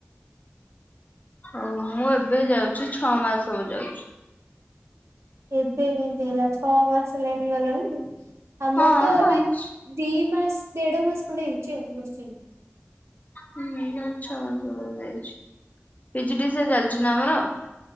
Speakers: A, on the left; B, on the right.
A: ହଉ ମୁଁ ଏବେ ଯାଉଛି ଛଅ ମାସକୁଯାଉଛି।
B: ଏବେ କେମିତି ହେଲା ଛଅ ମାସ ହେଲାଣି ଗଲାଣି ଆମର
A: ହଁ
B: ତ ଏବେ
A: ପାଞ୍ଚ
B: ଦି ମାସ ଦେଢ ମାସ ଖଣ୍ଡେ ହେଇଛି ଆଉ ବସିନି।
A: ହୁଁଛଅ ମାସ ହବ ଯାଇଛି ପିଜିଡି ସି ଚାଲଛି। ଅଜନାମର